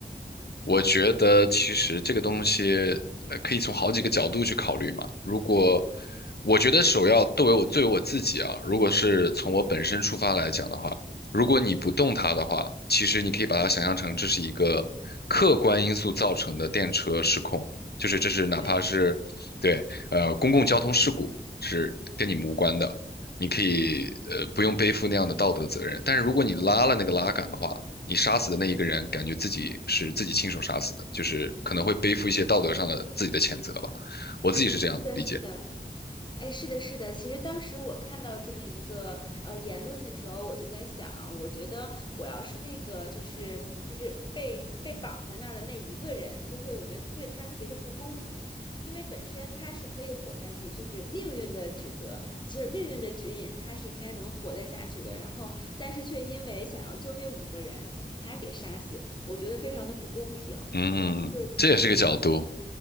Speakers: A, on the left; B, on the left.
A: 我觉得其实这个东西，呃，可以从好几个角度去考虑嘛。如果我觉得首要作为我作为我自己啊，如果是从我本身出发来讲的话，如果你不动它的话，其实你可以把它想象成这是一个客观因素造成的电车失控，就是这是哪怕是对呃公共交通事故是跟你们无关的，
B: 对，
A: 你可以呃不用背负那样的道德责任。但是如果你拉了那个拉杆的话，你杀死的那一个人，感觉自己是自己亲手杀死的，就是可能会背负一些道德上的自己的谴责吧。我自己是这样理解。
B: 是的，是的。哎，是的，是的。其实当时我看到这么一个呃言论的时候，我就在想，我觉得我要是那个就是就是被被绑在那儿的那一个人，就会我觉得对他特别的不公平，因为本身他是可以活下去，就是命运的指责，就是命运的指引，他是应该能活得下去的。然后，但是却因为想要救那五个人，然后把他给杀死，我觉得非常的不公平。
A: 嗯，
B: 就是。
A: 这也是个角度，